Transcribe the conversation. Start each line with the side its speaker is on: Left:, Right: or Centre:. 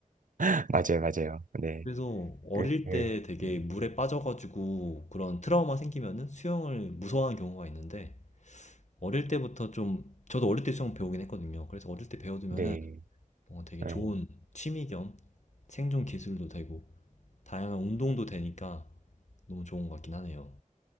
Right: <laughs> 맞아요, 맞아요. 네.
Left: 그래서 어릴
Right: 그,
Left: 때 되게
Right: 음,
Left: 물에 빠져가지고 그런 트라우마 생기면은 수영을 무서워하는 경우가 있는데 어릴 때부터 좀 저도 어릴 때 수영 배우긴 했거든요. 그래서 어릴 때 배워두면은
Right: 네.
Left: 뭔가 되게
Right: 네,
Left: 좋은 취미 겸 생존 기술도 되고 다양한 운동도 되니까 너무 좋은 것 같긴 하네요.